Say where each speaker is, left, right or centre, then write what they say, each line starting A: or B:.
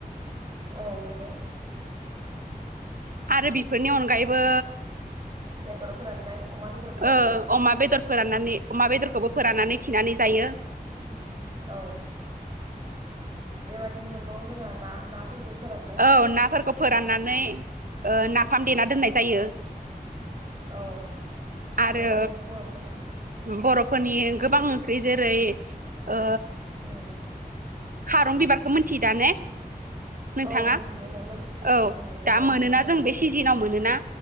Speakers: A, on the right (about 30°); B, on the right (about 65°).
A: औ नंगौ
B: आरो बिफोरनि अनगायैबो
A: बेदर फोराननाय अमा बेदर फोराननाय
B: ओ अमा बेदर फोराननानै अमा बेदरखौबो फोराननानै थिनानै जायो
A: औ बेबायदिनो मोनबावो जोङो ना ना फोरखो फोरान
B: औ नाफोरखौ फोराननानै नाफाम देना दोननाय जायो।
A: औ
B: आरो
A: बेबादिनो बर'फोरनि
B: बर'फोरनि गोबां ओंख्रि जेरै ओ
A: उम
B: खारं बिबारखौ मिथियो दा ने नोंथाङा
A: औ मिन्थियो न लोगो
B: औ
A: उम नंगौमोन
B: दा मोनोना
A: नोंथां
B: जों बे सिजोनाव मोनोना